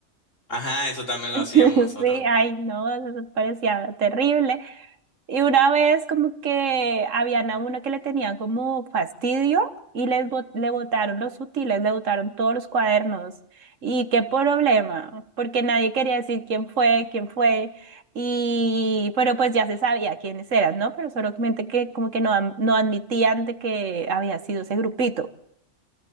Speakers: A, on the left; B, on the right.
A: Ajá, eso también
B: <laughs>
A: lo hacíamos nosotros.
B: Sí, ay, no, eso parecía terrible. Y una vez como que habían a una que le tenían como fastidio y les bot- le botaron los útiles, le botaron todos los cuadernos. ¿Y qué problema? Porque nadie quería decir quién fue, quién fue. Y pero pues ya se sabía quiénes eran, ¿no? Pero solamente que como que no, am- no admitían de que había sido ese grupito.